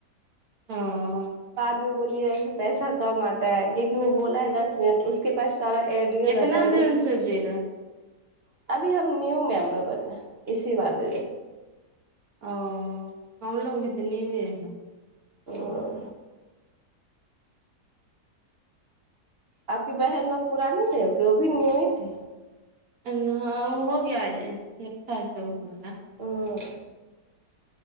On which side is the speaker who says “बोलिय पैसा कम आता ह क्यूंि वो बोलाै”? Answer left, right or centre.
Right